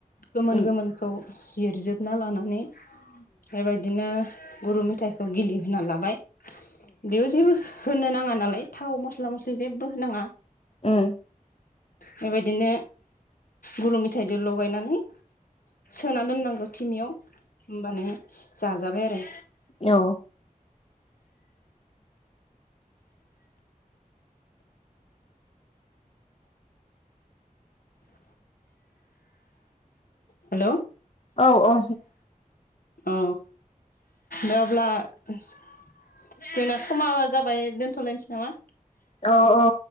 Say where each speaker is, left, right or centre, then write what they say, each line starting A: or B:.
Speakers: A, on the left (about 80°); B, on the left (about 45°).
A: गोमोन
B: औ
A: गोमोनखौ जिरजोबना लानानै बेबायदिनो गुरु मेथाइखौ गिलिहोना लाबाय बेयाव जेबो होनो नांङा नालाय थाव मस्ला मस्लि जेबो होनाङा
B: ओं
A: बेबायदिनो गुरु मेथाइजों लगायनानै सोना दोननांगौ थिमियाव होमबानो जाजाबाय आरो
B: औ
A: हेल'
B: औ औ
A: औ दा अब्ला जोंना समा जाबाय दोनथ'लायनोसै नामा?
B: औ औ